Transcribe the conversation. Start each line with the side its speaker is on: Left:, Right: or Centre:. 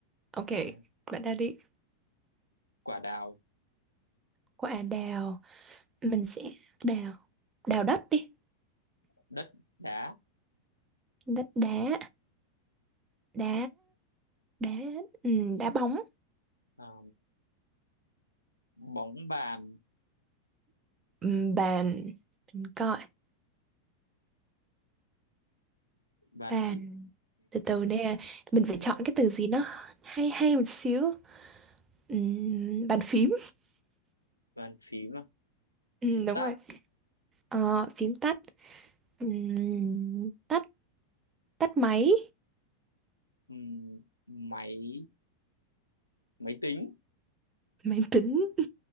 Right: Ok,
Left: à,
Right: bạn đã đi.
Left: quả đào
Right: Quả đào, mình sẽ đào, đào đất đi.
Left: đất đá
Right: Đất đá, đá, đá, ừm, đá bóng.
Left: à, bóng bàn
Right: Ừm, bàn, mình coi,
Left: bàn
Right: bàn.
Left: gì
Right: Từ từ nè, mình phải
Left: Ừ.
Right: chọn cái từ gì nó hay hay một xíu. Ừm, bàn phím,
Left: bàn phím à
Right: Ừm,
Left: phím
Right: đúng
Left: tát
Right: rồi. Ờ, phím tắt, Ừm, tắt, tắt máy.
Left: Ừm, máy máy tính
Right: Máy tính